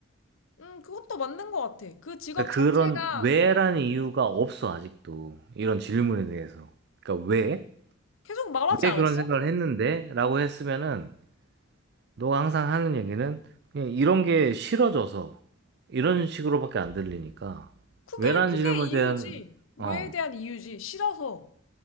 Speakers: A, on the left (about 80°); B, on the right (about 55°).
A: 음, 그것도 맞는 것 같아. 그 직업
B: 그러니까
A: 자체가,
B: 그런 왜라는
A: 어,
B: 이유가 없어, 아직도. 이런 질문에 대해서. 그러니까 왜?
A: 계속 말하지
B: 왜
A: 않았어?
B: 그런 생각을 했는데? 라고 했으면은 너가 항상 하는 얘기는 그냥 이런 게 싫어져서 이런 식으로밖에 안 들리니까
A: 그게,
B: 왜라는
A: 그게
B: 질문에
A: 이유지.
B: 대한
A: 왜에
B: 어
A: 대한 이유지. 싫어서.